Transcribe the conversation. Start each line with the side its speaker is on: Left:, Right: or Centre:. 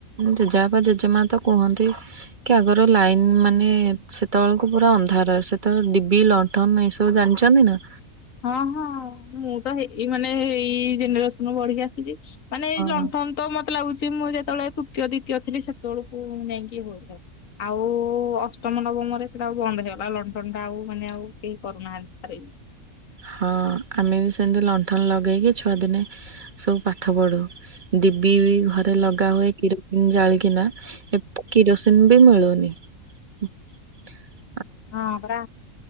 Right: ଜେଜେବାପା ଜେଜେମା ତ କୁହନ୍ତି କି ଆଗର ଲାଇନ ମାନେ ସେତେବେଳକୁ ପୁରା ଅନ୍ଧାର ସେତେବେଳେ ଡିବି ଲଣ୍ଠନ ଏଇସବ ଜାଣିଛନ୍ତି ନା?
Left: ହଁ ହଁ ମୁଁ ତ ହେଇ ଏଇ ମାନେ ଏଇ ଜେନେରେସନରେ ବଢିକି ଆସିଛି ମାନେ ଏଇ
Right: ହଁ
Left: ଲଣ୍ଠନ ତ ମତ ମତେ ଲାଗୁଛି ମୁଁ ଯେତେବେଳେ ତୃତୀୟ ଦ୍ଵିତୀୟ ଥିଲି ସେତେବେଳକୁ ମୁଁ ଯାଇଁକି <unintelligible> ଆଉ ଅଷ୍ଟ ଷମ ନବମରେ ସେଟା ଆଉ ବନ୍ଦ ହେଇଗଲା ଲଣ୍ଠନଟା ଆଉ ମାନେ ଆଉ କେହି କରୁନାହାନ୍ତି।
Right: ହଁ ଆମେ ବି ସେମିତି ଲଣ୍ଠନ ଲଗେଇକି ଛୁଆ ଦିନେ ସବୁ ପାଠ ପଢୁ ଡିବି ବି ଘରେ ଲଗା ହୁଏ କିରୋସିନ ଜାଳିକିନା ଏବେ କିରୋସିନ ବି ମିଳୁନି। ହ <inaudible>
Left: ହଁ ପରା